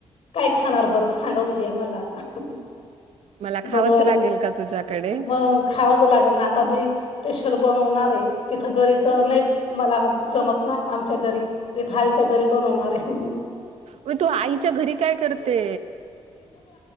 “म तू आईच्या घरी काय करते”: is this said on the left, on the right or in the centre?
Right